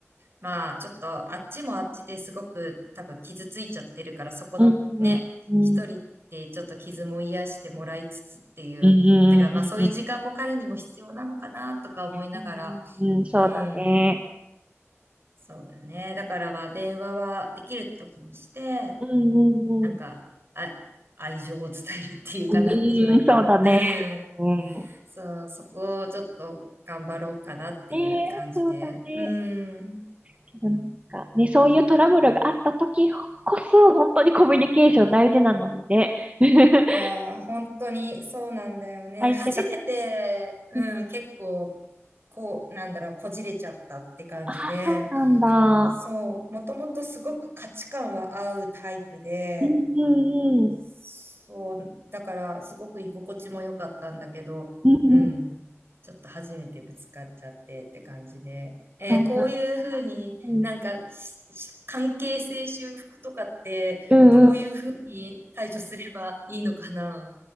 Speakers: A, on the right (about 55°); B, on the right (about 30°).
A: まあ、ちょっとあっちもあっちですごく多分傷ついちゃってるから、そこのね、
B: うん、うん、
A: 一人でちょっと傷も癒してもらいつつっていう、
B: うん、うん、うん、
A: だからまあそういう時間も彼にも必要なのかなとか思いながら、
B: うん、うんうんそうだね。
A: うん、そうだね。だからまあ電話はできる時にして、
B: うん、うん、
A: なんか、
B: うん。
A: あ、愛情を伝えるっていうか、
B: うん、
A: なんて言えばいいんだろう。
B: そうだね。
A: うん。
B: うん。
A: そう、そこをちょっと頑張ろうかなっていう感じで。
B: ねえ、そうだね。
A: うん。
B: けどなんか、ね、そういうトラブルがあった時こそ、本当にコミュニケーション大事なのにね。<laughs>
A: いやー、本当にそうなんだよね。
B: 相手が、
A: 初めて、うん、
B: うん
A: 結構、こう、なんだろう、こじれちゃったって感じで、
B: ああ、そうなんだ。
A: そう、もともとすごく価値観は合うタイプで、
B: うん、うん、
A: そう、
B: うん。
A: だからすごく居心地も良かったんだけど、
B: うん、
A: うん、
B: うん。
A: ちょっと初めてぶつかっちゃってって感じで。えーこういうふうになんかしし関係性修復とかってどういうふうに対処すればいいのかな
B: そうなん。うん、うん、うん。